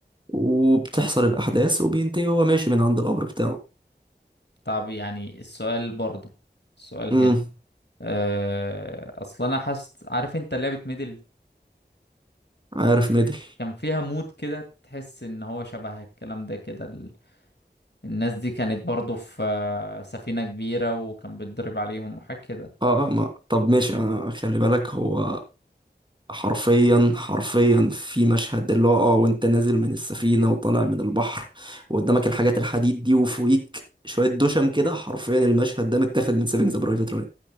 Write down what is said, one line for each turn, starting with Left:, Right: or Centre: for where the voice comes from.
Right: وبتحصل الأحداث وبينتهي وهو ماشي من عند القبر بتاعه
Left: طب يعني السؤال برضه السؤال
Right: امم
Left: هنا آه اصل انا حاسس عارف انت لعبة ميدل
Right: عارف ميدل
Left: كان فيها مود كده تحس ان هو شبه الكلام ده كده ال... الناس دي كانت برضه في آه، سفينة كبيرة وكان بيتضرب عليهم وحاجة كده
Right: اه اه ما طب ماشي انا خلي بالك هو حرفيا حرفيا في مشهد اللي هو اه وانت نازل من السفينة وطالع من البحر وقدامك الحاجات الحديد دي وفوقيك شوية دشم كده حرفيا المشهد ده متاخد من سيفنج ذا برايفت رايان